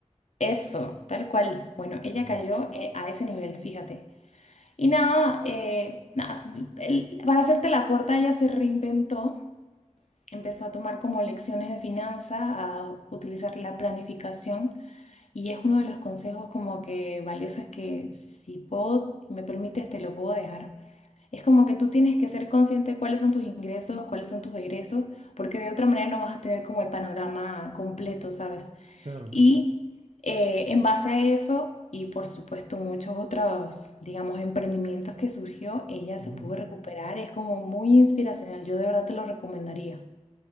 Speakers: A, on the left; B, on the right.
A: Eso, tal cual. Bueno, ella
B: Ujú,
A: cayó, eh, a ese nivel, fíjate. Y nada, eh, nada, el- para hacerte la corta, ella se reinventó, empezó a tomar como lecciones de finanzas, a utilizar la planificación. Y es uno de los consejos como que valiosos que si puedo, me permites, te lo puedo dejar. Es como que tú tienes que ser consciente de cuáles son tus ingresos, cuáles son tus egresos, porque de otra manera no vas a tener como el panorama completo, ¿sabes?
B: Claro.
A: Y eh, en base a eso, y por supuesto muchos otros, digamos, emprendimientos que surgió, ella
B: ujú.
A: se pudo recuperar. Es como muy inspiracional. Yo de verdad te lo recomendaría.